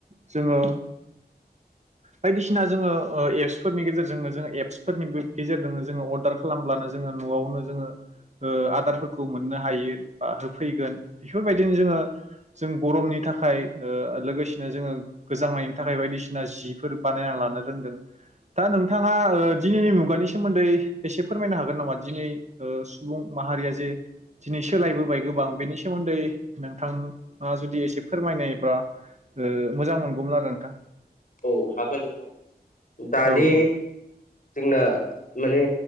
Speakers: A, on the right; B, on the left.
A: जोङो बायदिसिना जोङो ओ एप्सफोरनि गेजेरजोंनो जोङो एप्सफोरनिबो गेजेरजोंनो जोङो ओ अर्डार खालामब्लानो जोङो नआवनो जोङो ओ आदारफोरखौ मोननो हायो बा होफैगोन बेफोरबायदिनो जोङो जों गरमनि थाखाय ओ लोगोसेनो जोङो गोजांनायनि थाखाय बायदिसिना जिफोर बानायना लानो रोंदों। दा नोंथाङा ओ दिनैनि मुगानि सोमोन्दै एसे फोरमायनो हागोन नामा? दिनै ओ सुबुं माहारिया जे दिनै सोलायबोबाय गोब बां बेनि सोमोन्दै। नोंथांआ जुदि एसे फोरमायनायब्रा ओ मोजां मोनगौमोन आरो नोंथां।
B: औ हागोन नोंथां। दानि
A: औ औ
B: जोंना। माने